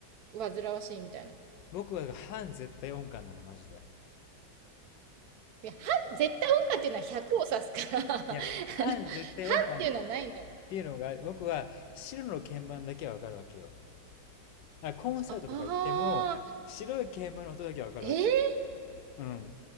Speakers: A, on the right; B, on the left.
A: 煩わしいみたいな。い
B: 僕は半絶対音感なの、マジで。
A: や、半絶対音感っていうのは100を指すから <laughs> あの、
B: いや、半絶対音感
A: 半っていうのはないんだよ。
B: っていうのが、僕は白の鍵盤だけはわかるわけよ。あコンサートとか行っても、
A: ああ、
B: 白い鍵盤の音だけはわかるわけよ。
A: えー、
B: うん。